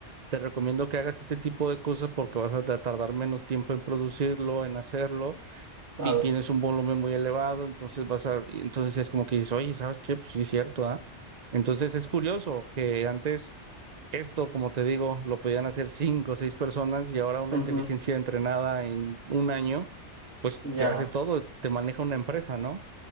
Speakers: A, on the right; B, on the right.
A: Te recomiendo que hagas este tipo de cosas porque vas a ta- tardar menos tiempo en producirlo, en hacerlo,
B: Claro.
A: y tienes un volumen muy elevado, entonces vas a, y entonces es como que dices, oye, ¿sabes qué? Pues sí, es cierto, ¿ah? Entonces es curioso que antes esto, como te digo, lo podían hacer cinco o seis personas y ahora una
B: Ujú,
A: inteligencia entrenada en un año, pues
B: Ya.
A: te hace todo, te maneja una empresa, ¿no?